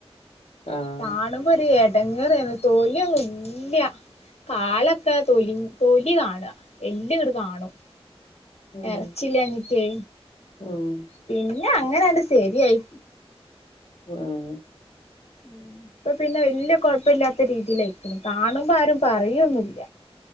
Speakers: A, on the left; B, on the left.
A: ആഹ്
B: കാണുമ്പോ ഒരു ഏടങ്ങേറേരായിരുന്നു തോലിയങ്ങ് ഇല്ല കാലൊക്കെ തൊലി തൊലി കാണുവ എല്ല് അങ്ങട് കാണും അങ്ങട് കാണും
A: ഉം
B: എറച്ചി ഇല്ലാഞ്ഞിട്ടേ
A: ഉം
B: പിന്നെ അങ്ങനാണ്ട് ശരിയായി
A: ഉം
B: ഇപ്പ പിന്നെ വല്ലിയ കൊഴപ്പല്ലാത്ത രീതിയിലായിരിക്കണ് കാണുമ്പോ ആരും പറയൊന്നുല്ല.